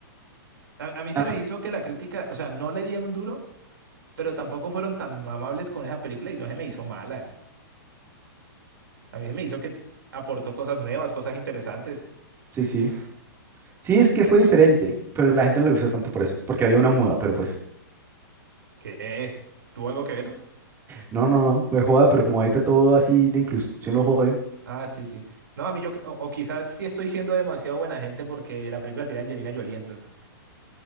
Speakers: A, on the right; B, on the right.
A: A, a mí se
B: Ah,
A: me hizo que la crítica, o sea, no le dieron duro, pero tampoco fueron tan amables con esa película y no se me hizo mala. A mí se me hizo que aportó cosas nuevas, cosas interesantes.
B: Sí, sí. Sí, es que fue diferente, pero a la gente no le gusta tanto por eso, porque había una muda, pero pues,
A: Que, eh, ¿tuvo algo que ver?
B: no, no, no, me joda, pero como ahorita todo así de inclusión lo joden,
A: Ah, sí, sí. No, a mí yo, o, o quizás sí estoy siendo demasiado buena gente porque la película tiene a Angelina Jolie, entonces.